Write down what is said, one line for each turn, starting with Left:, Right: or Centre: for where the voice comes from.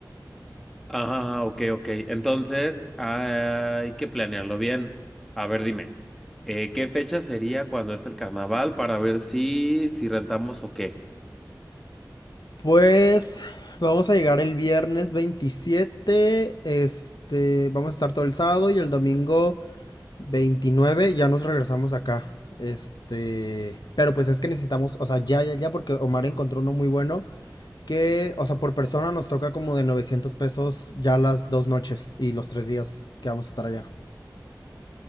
Centre: Ah, ok, ok. Entonces, hay que planearlo bien. A ver, dime, eh, ¿qué fecha sería cuando es el carnaval para ver si, si rentamos o qué?
Left: Pues vamos a llegar el viernes 27, este, vamos a estar todo el sábado y el domingo 29, ya nos regresamos acá. Este, pero pues es que necesitamos, o sea, ya, ya, ya, porque Omar encontró uno muy bueno que, o sea, por persona nos toca como de 900 pesos ya las dos noches y los tres días que vamos a estar allá.